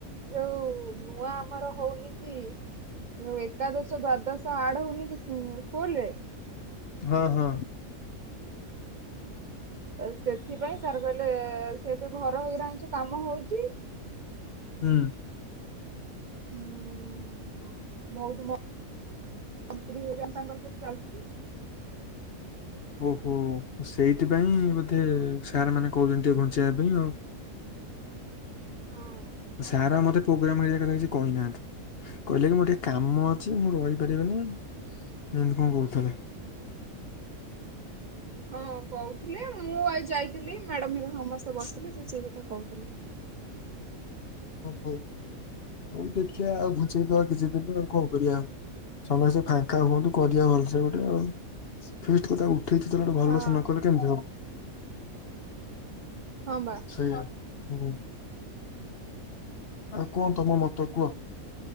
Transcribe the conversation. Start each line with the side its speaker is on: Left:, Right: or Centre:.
Right: ଯୋଉ ନୂଆ ଆମର ହୋଉନି କି ଯୋଉ ଏକାଦଶ ଦ୍ଵାଦଶ ଆଡ ହୋଉନି କି କୁଁ ସ୍କୁଲରେ
Left: ହଁ ହଁ।
Right: ଅ ସେଥିପାଇଁ ସାର୍ କହିଲେ ଏ ସେ ତ ଘର <unintelligible> କାମ ହୋଉଚି।
Left: ହୁଁ।
Right: ଉଁ ଭୋଉତୁ ମ ମନ୍ତ୍ରୀ <unintelligible> ତାଙ୍କର ସବୁ ଚାଲୁଚି।
Left: ଓହୋ ଓ ସେଇଥିପାଇଁ ବୋଧେ ସାର୍ ମାନେ କୋହୁଚନ୍ତି ଟିକେ ଘୁଞ୍ଚେଇବା ପାଇଁ ଆଉ।
Right: ହଁ।
Left: ସାର ଆଉ ମତେ ପ୍ରୋଗ୍ରାମ ଇଏ କଥା କିଛି କହିନାହାନ୍ତି। କହିଲେ କି ମୋର ଟିକେ କାମ ଅଛି ମୁଁ ରହିପାରିବିନି ଏମତି କଣ କରହୁଥୁଲେ।
Right: ହଁ କୋହୁଥିଲେ ମୁଁ ଆଉ ଏ ଯାଇଥିଲି ମ୍ୟାଡାମ ହେକା ସମସ୍ତେ ବସିଲେ ସେ ସେଇ କଥା କହୁଥିଲେ।
Left: ଓ ହୋଉ ହୋଉ ଦେଖିଆ ଆଉ ବୁଞ୍ଚେଇଦବା କିଛି ଦିନ ଆଉ କଣ କରିବା ଆଉ। ସମସ୍ତେ ଫାଙ୍କା ହୁଅନ୍ତୁ କରିବା ଭଲସେ ଗୋଟେ ଆଉ ଫିଷ୍ଟ କଥା ଉ କିଛି ତୋର ଗୋଟେ ଭଲସେ
Right: ହଁ
Left: ନ କଲେ କେମିତି ହବ
Right: ହଁ ବା
Left: ସେଇଆ। ହୁଁ। ଆଉ କଣ ତମ ମତ କୁହ